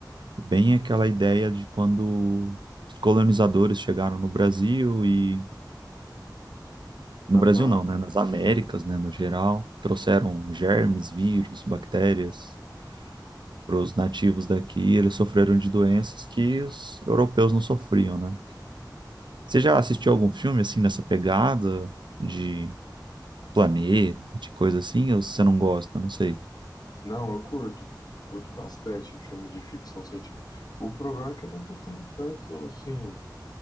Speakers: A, on the right; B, on the left.
A: Bem aquela ideia de quando os colonizadores chegaram no Brasil e no
B: Aham.
A: Brasil não, né, nas Américas, né, no geral, trouxeram germes, vírus, bactérias para os nativos daqui, e eles sofreram de doenças que os europeus não sofriam, né? Você já assistiu algum filme assim nessa pegada de planeta, de coisa assim, ou você não gosta? Não sei.
B: Não, eu curto. Curto bastante filme de ficção científica. O problema é que eu não tô tendo tanto, assim.